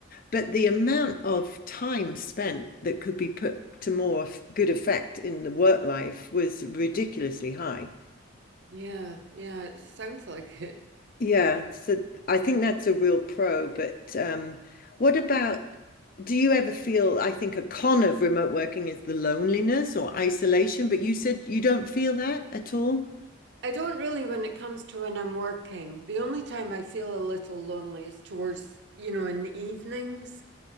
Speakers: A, on the left (about 45°); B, on the right (about 55°).
A: But the amount of time spent that could be put to more good effect in the work life was ridiculously high.
B: yeah yeah it sounds like it
A: Yeah, so I think that's a real pro, but um, what about do you ever feel, I think a con of remote working is the loneliness or isolation, but you said you don't feel that at all?
B: I don't really when it comes to when I'm working the only time I feel a little lonely is towards you know in the evenings